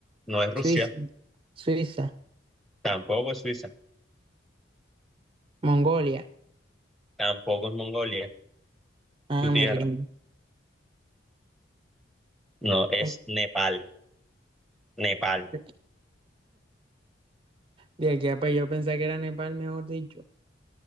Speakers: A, in the centre; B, on the right.
A: no es Rusia,
B: Suiza, Suiza,
A: tampoco es Suiza,
B: Mongolia.
A: tampoco es Mongolia,
B: Ah,
A: tu tierra.
B: me rindo.
A: No, es
B: Eh,
A: Nepal, Nepal.
B: De de aquí a pues yo pensaba que era Nepal, mejor dicho.